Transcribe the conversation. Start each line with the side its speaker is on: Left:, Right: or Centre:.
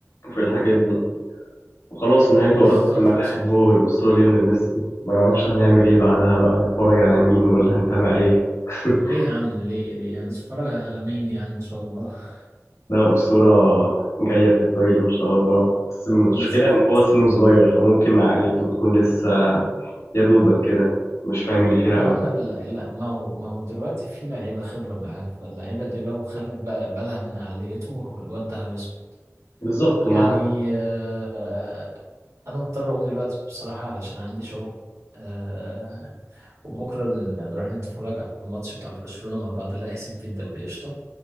Left: وفي الحاجات دي وخلاص نهاية
Right: بالظبط
Left: أرض في الملاعب هو والأسطورة ليونيل ميسي ما نعرفش هنعمل ايه بعدها بقى هنتفرج على مين ولا هنتابع ايه <laughs>
Right: ليه يا عم ليه ليه أنا أتفرج على لامين يعني إن شاء الله <laughs>
Left: ده أسطورة جاية في الطريق إن شاء الله بس المشكلة
Right: بالظبط
Left: إن هو سنه صغير فممكن عقليته تكون لسه يا دوبك كده مش فاهم اللي فيها
Right: طبعا
Left: أوي
Right: ال- ال- ما هو ما هو دلوقتي في لعيبه خبره معاه فاللعيبه دي لو خلت بقى بالها من عاليته الواد ده هيظبط
Left: بالظبط ومعاها
Right: يعني آه، انا مضطر اقوم دلوقتي بصراحه علشان عندي شغل آه، وبكره ن- نروح نتفرج على الماتش بتاع برشلونه مع بعض اللي هيحسم فيه الدوري قشطه